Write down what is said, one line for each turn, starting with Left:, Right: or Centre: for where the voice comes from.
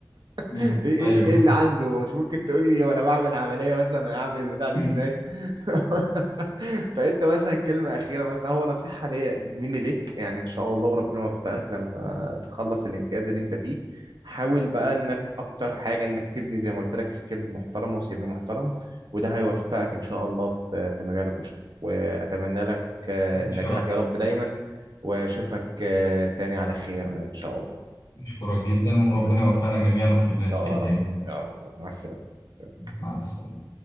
Left: مم.
Right: ايه ايه
Left: ايوه
Right: ال- إيه
Left: <laughs>
Right: اللي عنده مش ممكن تقول لي وانا بعمل عمليه مثلا اعمل البتاع دي
Left: مم.
Right: ازاي <laughs> فانت مثلا كلمه اخيره مثلا هو نصيحه ليا مني ليك يعني ان شاء الله وربنا يوفقك لما تخلص الامتياز اللي انت فيه حاول بقى انك اكتر حاجه انك تبني زي ما قلت لك سكيلز محترمه وسي في محترم وده هيوفقك ان شاء الله في في مجالك وشغلك واتمنى لك آه،
Left: ان
Right: النجاح
Left: شاء
Right: يا
Left: الله
Right: رب دايما واشوفك آه، تاني على خير ان شاء الله
Left: نشكرك جدا وربنا
Right: الله يخليك
Left: يوفقنا جميعا ويكتب لنا الخير
Right: يا رب
Left: دايما
Right: يا رب يا رب مع السلامة سلام.
Left: مع السلامة